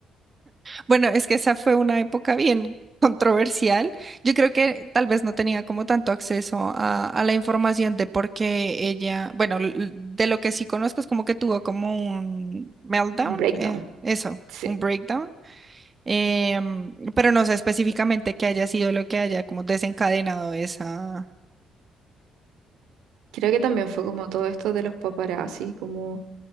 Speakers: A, on the right (about 30°); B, on the right (about 90°).
A: Bueno, es que esa fue una época bien <laughs> controversial. Yo creo que tal vez no tenía como tanto acceso a, a la información de por qué ella, bueno, l- l- de lo que sí conozco es como que tuvo como un meltdown,
B: Un Breakdown.
A: eh, eso,
B: Sí.
A: un breakdown, em, pero no sé específicamente qué haya sido lo que haya como desencadenado esa,
B: Creo que también fue como todo esto de los paparazzi, como